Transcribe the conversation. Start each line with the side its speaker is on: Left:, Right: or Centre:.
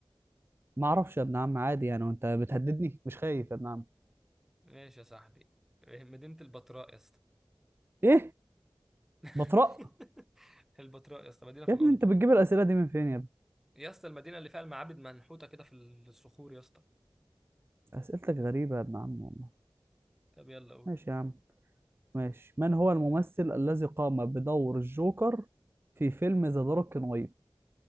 Right: ما اعرفش يا ابن عم عادي يعني وانت بتهددني مش خايف يا ابن عم
Centre: ماشي يا صاحبي إيه، مدينة البتراء يا اسطى
Right: ايه
Centre: <laughs>
Right: بطرق
Centre: البتراء يا اسطى مدينة في
Right: يا
Centre: الأردن
Right: ابني انت بتجيب الاسئله دي من فين يا ابني
Centre: يا اسطى المدينة اللي فيها المعابد منحوتة كده في الصخور يا اسطى
Right: اسئلتك غريبه يا ابن عم والله
Centre: طب يلا قول
Right: ماشي يا عم ماشي من هو الممثل الذي قام بدور الجوكر في فيلم ذا دارك نايت